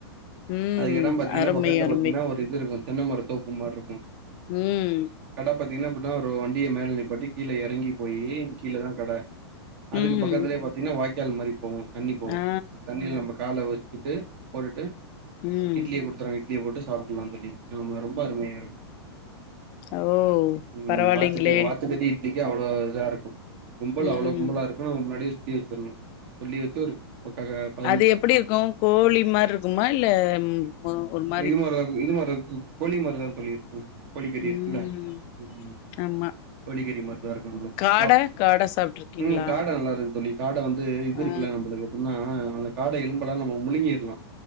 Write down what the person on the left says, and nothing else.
ம்
அருமை
அருமை
ம்.
ம்
ஆ
ம்
அ ஓ.
பரவாயில்லைங்களே
ம்
அது எப்பிடி இருக்கு கோழி மார்ருக்குமா இல்ல ம் அ ஒரும்
ம்
ஆமா
காட
காட சாப்ட்ருக்கீங்களா
ஆ